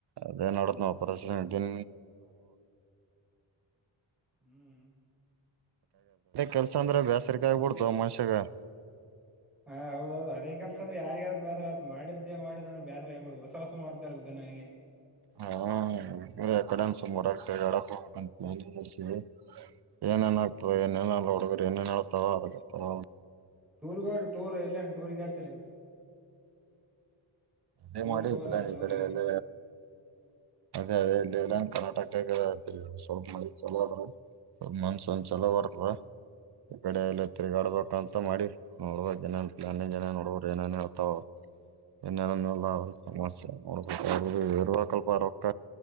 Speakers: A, on the right; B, in the centre.
A: ಅದೇ ನೋಡತನ ಪ್ರರಶ ದಿನ.
B: ಹ್ಮ್
A: ಕೆಲ್ಸ ಅಂದ್ರೆ ಬೇಸರಿಕ ಆಗ್ಬಿಡ್ತು ಮನುಷ್ಯಾಗ.
B: ಹಾ ಹೌದೌದು ಅದೇ ಕೆಲಸ ಅ್ರ ಯಗಾದ್ರ ಬಸರ ಆತ ಮಾಡಿದ್ದೆ ಮಾಡಿದ ಅಂದ್ರೆ ಬೇಸರ ಆಗ್ಬಡುದು ಹೊಸ ಹೊ ಮಾಡ್ತಾರೆದು ಜನ ನಗೆ.
A: ಹಾ ಎಡೆ ಸುಮರ ತಿರುಗಾಡಕ ಹೋಗಬೇಕಂತ ಮಾಡ್ತೀನಿ ಏನೇನ್
B: ಹ್ಮ್
A: ಆಗ್ತದೆ ಏನೇನಲ್ಲ ಹುಡುಗ್ರರು ಏೇನ್ ಹೇತವ ಅದರ್ತವ.
B: ಟೂರ್ಗೋ ಟೂರ್ ಎಲ್ಲ ಟೂರ್ ಹಚರಿ.
A: ಅೇ
B: ಟೂರಿಗೆ
A: ಮಾಡಿ
B: ಹೋಗಲ್ಲ
A: ಇಲ್ಲ ಈ
B: ಟೂರಿಗೆ
A: ಕಡೆಲ್ಲ ಅದೇ ಅೇ ಇಲ್ಲ ಎಲ್ಲ. ಕರ್ನಾಟಕ ಸ್ವಲ್ಪ ಮಿ ಚಲೋದ್ರ ಸ್ವಲ್ಪ ಮನ್ಸ ಒಂದ ಚಲೋರ್. ಈ ಕಡೆ
B: ಹ್ಮ್
A: ಎಲ್ಲ ತಿರ್ಗಾಡ್ಬೇಕಂತ ಮಾಡಿ ನೋಡ ಜನನ್
B: ಹ್ಮ್
A: ಜನ ನೋಡಬ ಏನ. ಏ ಅವ ಸಮಸ್ಯೆ ನೋಡ್ ಬೇಕು. ಯುರಕಲ್ ರೊಕ್ಕ